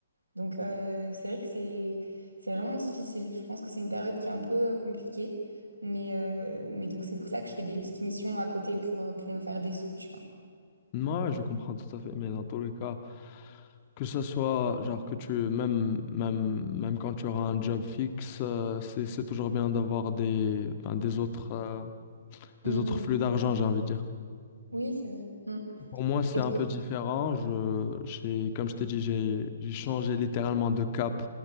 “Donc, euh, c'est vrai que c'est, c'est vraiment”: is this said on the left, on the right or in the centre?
Right